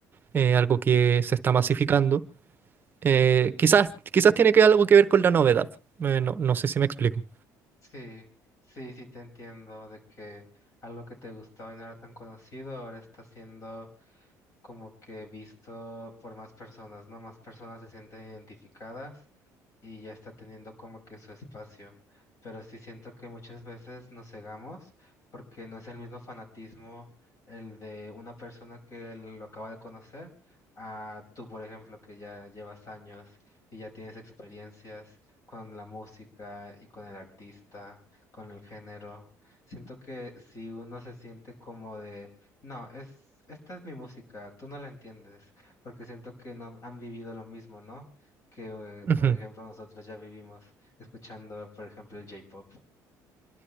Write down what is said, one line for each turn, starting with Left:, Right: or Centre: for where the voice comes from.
Right: Eh, algo que se está masificando. Eh, quizás, quizás tiene que algo que ver con la novedad. Eh, no, no sé si me explico.
Left: sí, sí, sí te entiendo de que algo que te gustaba y no era tan conocido ahora está siendo como que visto por más personas, ¿no? Más personas se sienten identificadas y ya está teniendo como que su espacio. Pero sí siento que muchas veces nos cegamos porque no es el mismo fanatismo el de una persona que lo acaba de conocer a tú, por ejemplo, que ya llevas años y ya tienes experiencias con la música y con el artista, con el género. Siento que si uno se siente como de no, es, esta es mi música, tú no la entiendes, porque siento que no han vivido lo mismo, ¿no? Que, eh, por
Right: Ujú.
Left: ejemplo, nosotros ya vivimos escuchando, por ejemplo, el J-pop. <laughs>